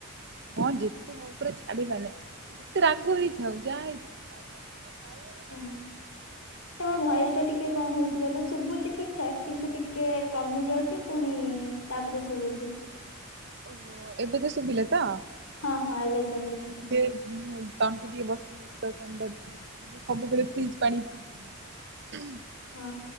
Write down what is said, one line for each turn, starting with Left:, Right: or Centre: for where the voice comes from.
Right: ହଁ ଯେତେ ହଉ ପୁରା ଛାଡିବନି ପ ଯେତେ ରାଗ ହେଇଥାଉ ଯାହା ହେଇଥାଉ ଖାଇବା ଖାଇବା ମାନେ
Left: ହଁ
Right: ଖାଇବା
Left: ତମ ଭୟସ ଟା ଟିକେ ଙ୍କ ହଉଚି କହିଲ ଶୁଭୁଛି ଠିକ ଠାକ କିନ୍ତୁେ ଟି କେ କମି ଯାଉଚି ପୁଣି ତାପରେ ଶୁଭୁଚି।
Right: ଓହୋ ଏବେ ତ ଶୁଭିଲା ତ।
Left: ହଁ ହଁ ଏବେ ଶୁବିଲା।
Right: ଟେଇ ଉଁ ତଣ୍ଟି ଟିକେ ବସିଯାଇଚି ତ ଥଣ୍ଡାରୁ ଯୋଉ ସବୁବେଳେ ଫ୍ରିଜ ପାଣି ପିଇ ପିଇ
Left: ହଁ